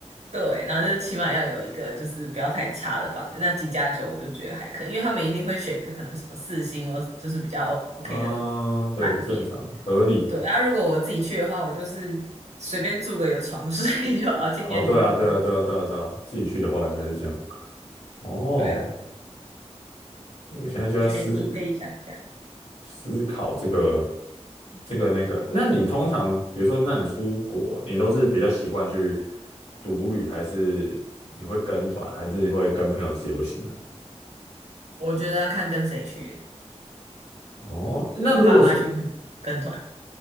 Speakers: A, on the right; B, on the left.
A: 对，然后就起码要有一个就是不要太差的房子。那几家酒我就觉得还可以，因为他们一定会选一个可能什么四星或就是比较 OK
B: 嗯，
A: 的
B: 对，
A: 饭店。
B: 正常合理。
A: 对，啊，如果我自己去的话，我就是随便住个有床睡 <laughs> 就好，青年旅馆。
B: 哦，对啊，对啊，对啊，对啊，对啊，自己去的话应该是这样。
A: 对啊，
B: 哦，
A: 对啊，
B: 因为现在就在思
A: 我觉得你可以想一下，
B: 思考这个这个那个。那你通常，比如说，那你出国，你都是比较习惯去独旅，还是你会跟团，还是会跟朋友自由行呢？
A: 我觉得要看跟谁去欸
B: 哦，那如果是
A: 跟爸妈去跟团，